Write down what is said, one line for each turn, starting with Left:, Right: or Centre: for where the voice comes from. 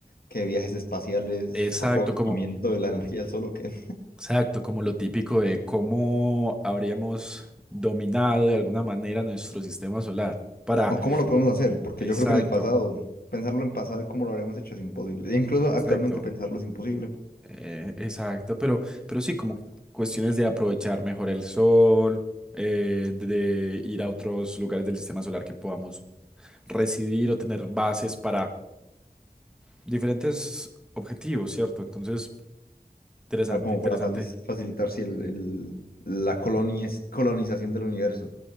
Left: que viajes espaciales,
Centre: exacto,
Left: aprovechamiento
Centre: como,
Left: de la energía del sol, ¿o qué?
Centre: exacto, como lo típico de cómo habríamos dominado de alguna manera nuestro sistema solar para,
Left: ¿O cómo lo podemos hacer? Porque
Centre: exacto,
Left: yo creo que en el pasado, pensarlo en pasado y cómo lo habríamos hecho es imposible. E incluso
Centre: exacto.
Left: actualmente pensarlo es imposible,
Centre: Eh, exacto, pero, pero sí, como cuestiones de aprovechar mejor el sol, eh, de, de ir a otros lugares del sistema solar que podamos residir o tener bases para diferentes objetivos, ¿cierto? Entonces, interesante,
Left: ah, como
Centre: interesante.
Left: para fali- facilitar si el, el- la colonia es- colonización del universo.